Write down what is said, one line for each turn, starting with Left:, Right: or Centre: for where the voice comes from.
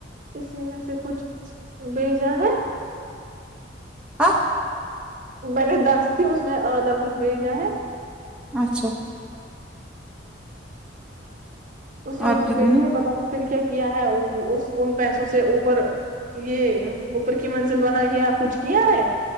Right: اسی میں سے کچھ بھیجا ہے
Centre: ہاں
Right: پہلے دس تھی اس میں آدھا کچھ بھیجا ہے
Centre: اچھا
Right: اسی میں
Centre: آپ
Right: کچھ
Centre: کتنی
Right: بھیجنا ہے پتہ نہیں پھر کیا کیا ہے ان پیسوں سے اوپر یے اوپر کی منزل بنا ہے یا کچھ کیا ہے